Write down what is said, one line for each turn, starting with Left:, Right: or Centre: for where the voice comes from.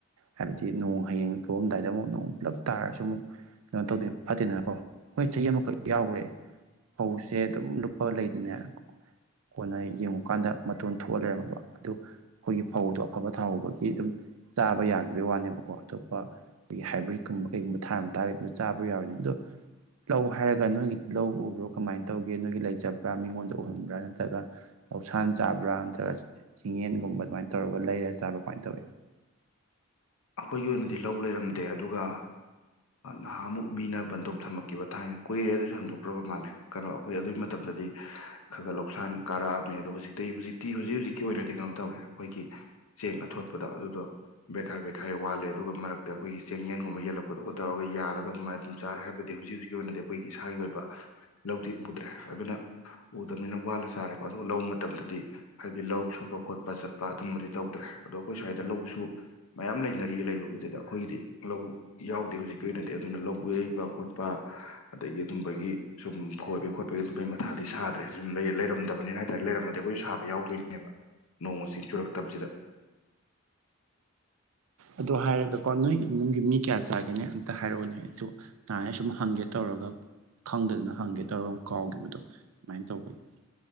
Right: ꯍꯥꯏꯕꯗꯤ ꯅꯣꯡ ꯍꯌꯦꯡ ꯂꯣꯛꯑꯝꯗꯥꯏꯗ ꯑꯃꯨꯛ ꯅꯣꯡ ꯄꯨꯂꯞ ꯇꯥꯔꯁꯨ ꯑꯃꯨꯛ ꯀꯩꯅꯣ ꯇꯧꯗꯣꯏ ꯐꯠꯇꯦꯗꯅꯀꯣ ꯍꯣꯏ ꯆꯍꯤ ꯑꯃꯈꯛ ꯌꯥꯎꯒ꯭ꯔꯦ ꯐꯧꯁꯦ ꯑꯗꯨꯝ ꯂꯨꯞꯄ ꯂꯩꯗꯅꯦ ꯀꯣꯟꯅ ꯌꯦꯡꯉꯨꯀꯥꯟꯗ ꯃꯇꯣꯟ ꯊꯣꯛꯑ ꯂꯩꯔꯝꯃꯦꯕ ꯑꯗꯨ ꯑꯩꯈꯣꯏꯒꯤ ꯐꯧꯗꯣ ꯑꯐꯕ ꯊꯥꯎ ꯍꯧꯕꯒꯤ ꯑꯗꯨꯝ ꯆꯥꯕ ꯌꯥꯒꯤꯈꯤꯕꯒꯤ ꯋꯥꯅꯦꯕꯀꯣ ꯑꯇꯣꯞꯄ ꯑꯩꯈꯣꯏꯒꯤ ꯍꯥꯏꯕ꯭ꯔꯤꯠꯀꯨꯝꯕ ꯀꯩꯒꯨꯝꯕ ꯊꯥꯔꯝꯇꯗꯤ ꯆꯥꯕ ꯌꯔꯣꯏꯗꯣꯏꯅꯤ ꯑꯗꯣ ꯂꯧ ꯍꯥꯏꯔꯒ ꯅꯣꯏꯒꯤꯗꯤ ꯂꯧ ꯎꯕ꯭ꯔꯣ ꯀꯃꯥꯏꯅ ꯇꯧꯒꯦ ꯅꯣꯏꯒꯤ ꯂꯩꯖꯕ꯭ꯔꯥ ꯃꯤꯉꯣꯟꯗ ꯎꯍꯟꯕ꯭ꯔꯥ ꯅꯠꯇ꯭ꯔ ꯅꯠꯇ꯭ꯔꯒ ꯂꯧꯁꯥꯟ ꯆꯥꯕ꯭ꯔꯥ ꯅꯠꯇ꯭ꯔꯒ ꯆꯤꯡꯌꯦꯟꯒꯨꯝꯕ ꯑꯗꯨꯃꯥꯏꯅ ꯇꯧꯔꯒ ꯂꯩꯔ ꯆꯥꯕ꯭ꯔꯥ ꯀꯃꯥꯏꯅ ꯇꯧꯋꯤ
Left: ꯑꯩꯈꯣꯏꯒꯤ ꯑꯣꯏꯅꯗꯤ ꯂꯧ ꯂꯩꯔꯝꯗꯦ ꯑꯗꯨꯒ ꯅꯍꯥꯟꯃꯨꯛ ꯃꯤꯅ ꯕꯟꯗꯣꯞ ꯊꯝꯃꯛꯈꯤꯕ ꯊꯥꯏꯅ ꯀꯨꯏꯔꯦ ꯑꯗꯨꯁꯨ ꯍꯟꯗꯣꯛꯈ꯭ꯔꯕ ꯃꯥꯜꯂꯦ ꯀꯩꯅꯣ ꯑꯩꯈꯣꯏ ꯑꯗꯨꯏ ꯃꯇꯝꯗꯗꯤ ꯈꯔ ꯈꯔꯒ ꯂꯧꯁꯥꯟ ꯀꯥꯔꯛꯑꯝꯃꯦ ꯑꯗꯣ ꯍꯧꯖꯤꯛꯇꯤ ꯍꯧꯖꯤꯛꯇꯤ ꯍꯧꯖꯤꯛ ꯍꯧꯨꯖꯤꯛꯀꯤ ꯑꯣꯏꯅꯗꯤ ꯀꯩꯅꯣ ꯇꯧꯔꯦ ꯑꯩꯈꯣꯏꯒꯤ ꯆꯦꯡ ꯑꯊꯣꯠ ꯗ ꯑꯗꯨꯗꯣ ꯕꯦꯈꯥꯏ ꯕꯦꯛ ꯕꯦꯈꯥꯏ ꯋꯥꯠꯂꯦ ꯑꯗꯨꯒ ꯃꯔꯛꯇ ꯑꯩꯈꯣꯏꯒꯤ ꯆꯦꯡ ꯌꯦꯟꯒꯨꯝꯕ ꯌꯦꯜꯂꯛꯄꯗꯨꯣ ꯇꯧꯔꯒ ꯌꯥꯜꯂꯒ ꯑꯗꯨꯃꯥꯏꯅ ꯑꯗꯨꯝ ꯆꯥꯔꯦ ꯍꯥꯏꯕꯗꯤ ꯍꯧꯖꯤꯛ ꯍꯧꯖꯤꯛꯀꯤ ꯑꯣꯏꯅ ꯑꯩꯈꯣꯏꯒꯤ ꯏꯁꯥꯒꯤ ꯑꯣꯏꯕ ꯂꯧꯗꯤ ꯎꯗ꯭ꯔꯦ ꯑꯗꯨꯅ ꯎꯗꯕꯅꯤꯅ ꯋꯥꯂ ꯆꯥꯔꯦꯀꯣ ꯑꯗꯨꯒ ꯂꯧ ꯃꯇꯝ ꯗꯗꯤ ꯍꯥꯏꯕꯗꯤ ꯂꯧ ꯁꯨꯕ ꯈꯣꯠꯄ ꯆꯠꯄ ꯑꯗꯨꯝꯕꯗꯤ ꯇꯧꯗ꯭ꯔꯦ ꯑꯗꯣ ꯑꯩꯈꯣꯏ ꯁ꯭ꯋꯥꯏꯗ ꯂꯧꯁꯨ ꯃꯌꯥꯝ ꯂꯩꯅꯔꯤ ꯂꯩꯕꯕꯨꯗꯨꯗ ꯑꯩꯈꯣꯏꯒꯤꯗꯤ ꯂꯧ ꯌꯥꯎꯗꯦ ꯍꯧꯖꯤꯛꯀꯤ ꯑꯣꯏꯅꯗꯤ ꯑꯗꯨꯅ ꯂꯧ ꯌꯩꯕ ꯈꯣꯠꯄ ꯑꯗꯒꯤ ꯑꯗꯨꯝꯕꯒꯤ ꯁꯨꯝ ꯈꯣꯏꯕꯒꯤ ꯈꯣꯠꯄꯒꯤ ꯑꯗꯨꯝꯕꯒꯤ ꯃꯊꯥꯗꯤ ꯁꯥꯗ꯭ꯔꯦ ꯁꯨꯝ ꯂꯩ ꯂꯩꯔꯝꯗꯕꯅꯤꯅ ꯍꯥꯏꯇꯥꯔꯦ ꯂꯩꯔꯝꯃꯗꯤ ꯑꯩꯈꯣꯏꯁꯨ ꯁꯥꯕ ꯌꯥꯎꯗꯣꯏꯅꯦꯕ ꯅꯣꯡ ꯆꯤꯡ ꯆꯨꯔꯛꯇꯕꯁꯤꯗ
Right: ꯑꯗꯨ ꯍꯥꯏꯔꯒꯀꯣ ꯅꯣꯏ ꯏꯃꯨꯡꯒꯤ ꯃꯤ ꯀꯌꯥ ꯆꯥꯒꯦꯅꯦ ꯑꯝꯇ ꯍꯥꯏꯔꯛꯎꯅꯦ ꯑꯗꯨ ꯅꯍꯥꯟꯒꯩ ꯁꯨꯝ ꯍꯪꯒꯦ ꯇꯧꯔꯒ ꯇꯧꯔꯒ ꯈꯪꯗꯗꯅ ꯍꯪꯒꯦ ꯇꯧꯔꯒ ꯑꯃꯨꯛ ꯀꯥꯎꯈꯤꯕꯗꯣ ꯑꯗꯨꯃꯥꯏꯅ ꯇꯧꯕꯒꯤ